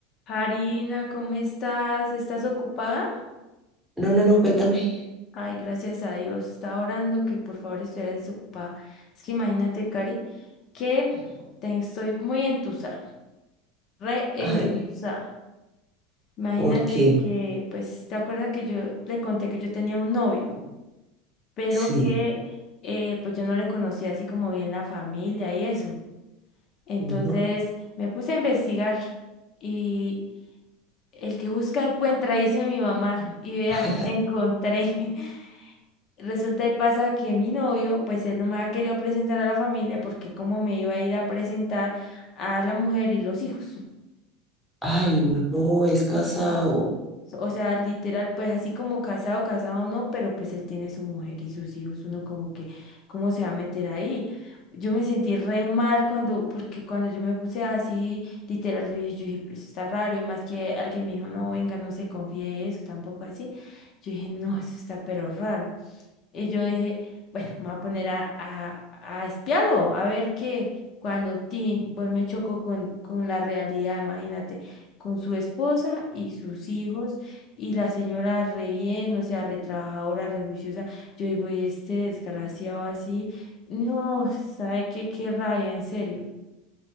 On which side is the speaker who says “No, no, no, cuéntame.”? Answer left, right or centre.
Centre